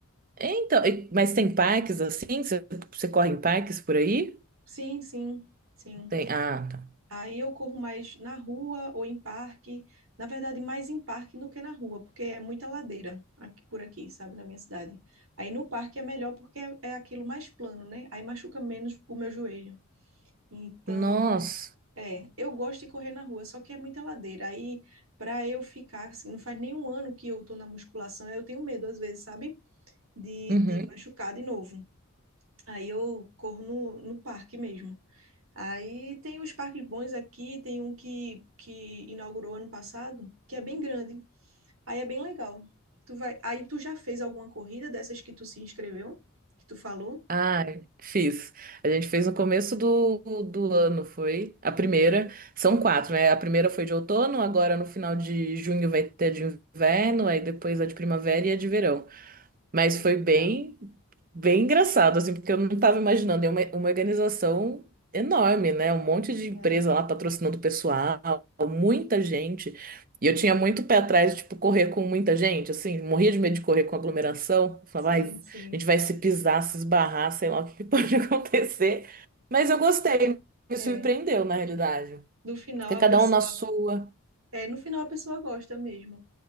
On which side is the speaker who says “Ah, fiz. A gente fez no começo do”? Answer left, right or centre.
Right